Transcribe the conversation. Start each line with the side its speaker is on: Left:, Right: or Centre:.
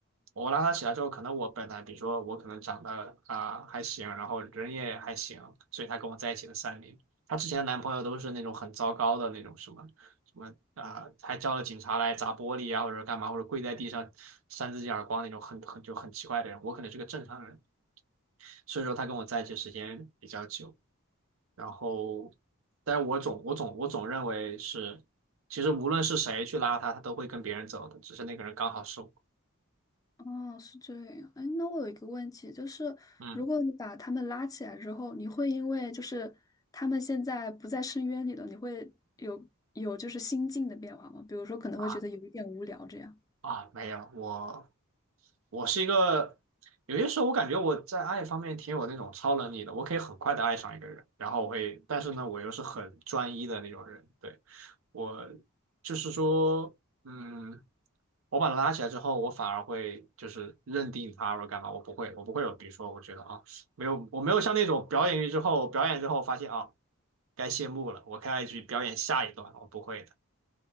Right: 我拉他起来之后，可能我本来比如说我可能长得啊、还行，然后人也还行，所以她跟我在一起了三年。她之前的男朋友都是那种很糟糕的那种什么什么啊、还叫了警察来砸玻璃啊，或者干嘛，或者跪在地上扇自己耳光那种很很就很奇怪的人。我可能是个正常人，所以说她跟我在一起时间比较久。然后，但是我总我总我总认为是，其实无论是谁去拉她，她都会跟别人走的，只是那个人刚好是我。
Left: 哦，是这样。哎，那我有一个问题，就是如果你把他们拉起来之后，
Right: 嗯。
Left: 你会因为就是他们现在不在深渊里了，你会有有就是心境的变化吗？比如说可能会觉得有一点无聊这样。
Right: 啊啊，没有，我我是一个，有些时候我感觉我在爱方面挺有那种超能力的，我可以很快的爱上一个人，然后我会，但是呢，我又是很专一的那种人，对，我就是说，嗯，我把他拉起来之后，我反而会就是认定他或者干嘛，我不会，我不会有，比如说，我觉得啊，没有，我没有像那种表演欲之后，表演之后发现啊，该谢幕了，我开该去表演下一段了我不会的，